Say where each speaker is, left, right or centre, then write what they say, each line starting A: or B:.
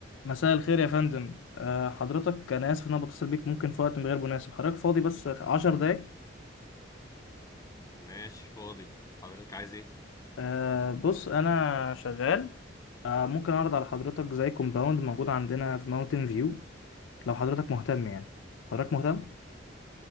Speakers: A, on the left (about 80°); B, on the left (about 20°).
A: مساء الخير يا فندم أه حضرتك انا اسف ان انا بتصل بيك ممكن في وقت غير مناسب حضرتك فاضي بس عشر دقايق
B: ماشي فاضي حضرتك عايز ايه
A: أه بص انا شغال أه ممكن اعرض على حضرتك زي كومباوند موجود عندنا في ماونتن فيو لو حضرتك مهتم يعني حضرتك مهتم